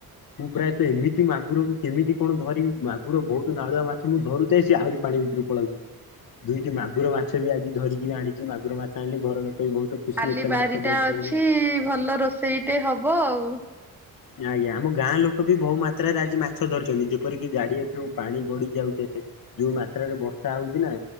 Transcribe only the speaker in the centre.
କାଲି
ବାରିଟା
ଅଛି ଭଲ ରୋଷେଇଟେ ହବ ଆଉ